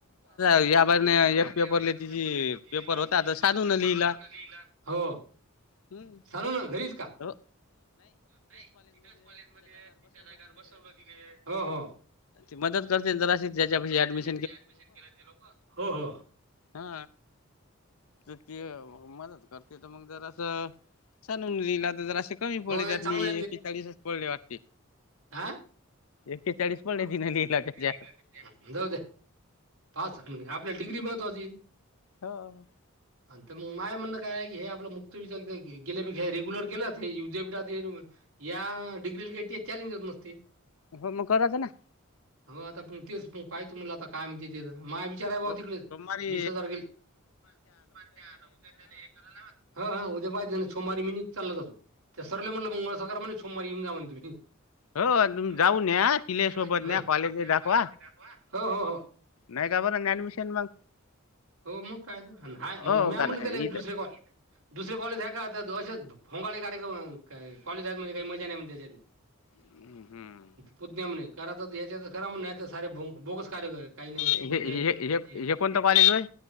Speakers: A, on the right; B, on the left.
A: हो
B: या
A: आता
B: बाजने
A: या बारीन
B: पेपरले
A: एक
B: तिची
A: पेपरला ति
B: पेपर होता आता
A: पेपर
B: साधून
A: होता
B: लिहिला
A: आता साधू न लिहिला हो
B: हम्म.
A: सांलूणार घरीच का.
B: हो
A: नाही तिथंच कॉलेज मध्ये तिथ जाग्यावर बसवलं तिले हो हो.
B: ती मदत करते जरा त्याच्या ऍडमिश
A: ऍडमिशन केल्या ती लोक हो हो.
B: हा ती ते मदत करते तर मग जरा. छणून लिहिलं तर ज असे कमी
A: हो
B: पडले
A: नाही
B: त्यातनी
A: चांगला
B: एकेचाळीसच पडले वाटते.
A: आ
B: एकेचाळीस पडले तिने लिहिला
A: ते
B: त्याचा त.
A: जाऊ द्या पास झाले आपल्याला डिग्री महत्वाची
B: हो.
A: आज मग माय म्हणणं कायी हे आपलं मुक्त विद्यापीठ आहे की हे रेग्युलर केलंत हे विद्यापीठात या डिग्रीला काही चॅलेंजेच नसते.
B: पण मग कराचं ना.
A: हो आता तुमची म पाहि तु मला आता कायम त तिथे माझा विचार आहे बा तिकडे
B: सोमवारी
A: वीस हजार गेले उद्या चाले. करायला लावा. हा हा उद्या पाहि ना सोमवारी चालला जातो त्या सरला म्हटलं माझा पगार म्हण सोमवारी येऊन जाऊ म्हटले तुम्ही
B: हो तुम्ही
A: हो
B: जाऊन या तिले
A: या
B: सोबत न्या
A: सोबत
B: कॉलेजे दाखवा.
A: कॉलेज हो हो हो
B: नाही का बरं ऍडमिशन मग
A: हो मग काय हा मग
B: हो
A: म
B: का
A: म्हटलं
B: नाही
A: त्या
B: इथं
A: दुसरे कॉल. दुसरे कॉलेज आहे का तर असेच फोंगाळे कार्यक्रम कॉलेज आहेत महान काही मजा नाही म्हण त्याच्यात.
B: हम्म हम्म
A: पुतण्या म्हने करा तर याच्यात करा म्हण नाही सारे भो बोगस कार्य. काही नाही शिकवत
B: हे
A: नाहीण
B: हे हे हे कोणतं कॉलेज होय